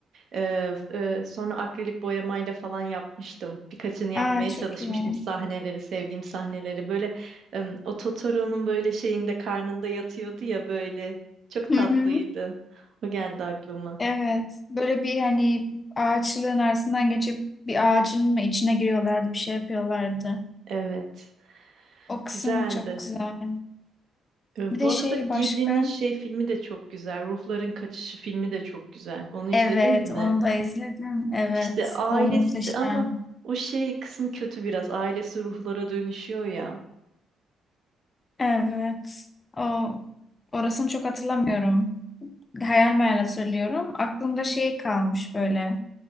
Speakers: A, on the right; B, on the left.
A: Ee, e, sonra akrilik boyamayla falan yapmıştım. Birkaçını yapmaya
B: Aa çok
A: çalışmıştım.
B: iyi.
A: Sahneleri, sevdiğim sahneleri. Böyle em, o Totoro'nun böyle şeyinde karnında yatıyordu ya böyle. Çok
B: Hı
A: tatlıydı.
B: hı.
A: O geldi aklıma.
B: Evet. Böyle bir hani ağaçlığın arasından geçip bir ağacın mı içine giriyorlardı, bir şey yapıyorlardı.
A: Evet.
B: O kısmı
A: Güzeldi.
B: çok güzel.
A: Ee,
B: Bir de
A: bu arada
B: şey başka.
A: Ghibli'nin şey filmi de çok güzel. Ruhların Kaçışı filmi de çok güzel. Onu izledin
B: Evet,
A: mi?
B: onu da izledim. Evet,
A: İşte ailesi
B: o muhteşem.
A: ama o şey kısmı kötü biraz. Ailesi ruhlara dönüşüyor ya.
B: Evet, o orasını çok hatırlamıyorum. Hayal meyal hatırlıyorum. Aklımda şey kalmış böyle.